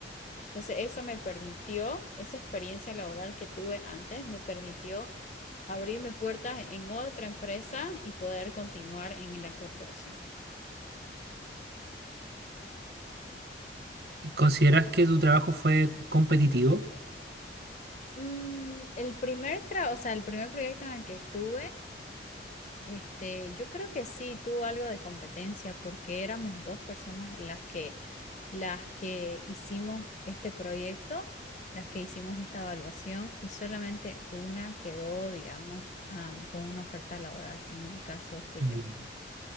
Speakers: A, on the left; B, on the right.
A: Entonces eso me permitió, esa experiencia laboral que tuve antes, me permitió abrirme puertas en otra empresa y poder continuar en la corporación.
B: ¿Consideras que tu trabajo fue competitivo?
A: Mm, el primer tra- o sea, el primer proyecto en el que estuve Este, yo creo que sí tuvo algo de competencia porque éramos dos personas las que, las que hicimos este proyecto, las que hicimos esta evaluación y solamente una quedó, digamos, am, con una oferta laboral, que en el caso fui
B: Mm.
A: yo.